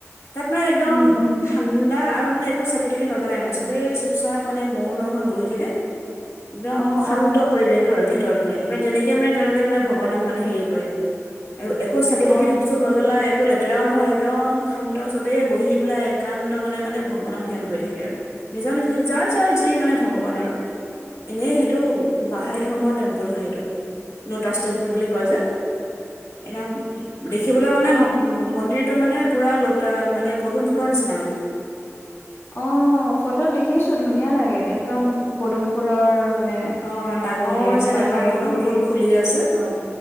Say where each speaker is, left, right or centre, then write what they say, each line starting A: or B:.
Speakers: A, on the left; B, on the left.
A: তাত মানে একদম,
B: উম উম
A: ঠাণ্ডা আৰু মানে একো চাকি তাকি নজ্বলাই মানে চবেই চুপচাপ মানে মৌন হৈ বহি থাকে। একদম
B: অ
A: শান্ত
B: অ
A: পৰিৱেশ। পৰিৱেশ হয় ভিতৰত মানে তাৰমানে তেনেকে মানে তেওঁলোকে মানে ভগানাক মানে হেৰি কৰে। এ একো চাকি
B: অ
A: তাকি ধুব ছুপ নজ, জ্বলাই একো লেতেৰাও নহয় একদম শান্ত চবেই বহি পেলাই একান্ত মানে মানে ভগৱানক ধ্যান কৰি থাকে আৰু, নিজৰ নিজৰ যাৰ যাৰ যি মানে ভগৱান আৰু এনেই সে, এইটো বাহাই ধৰ্মৰ টেম্পুল হয় এইটো লটাচ টেম্পুল বুলি কয় যে, এনাম, দেখিবলৈ মানে
B: অ
A: মন্দিৰটো মানে পুৰা লতা মানে পদুম ফুলৰ নিচিনা মানে।
B: অ ফটোত দেখিছো ধুনীয়া লাগে একদম পদুম ফুলৰ মানে,
A: অ ডাঙৰ
B: হেৰিটো
A: যেন
B: বাহিৰতো
A: এপাহ পদুম ফুল ফুলি আছে অ,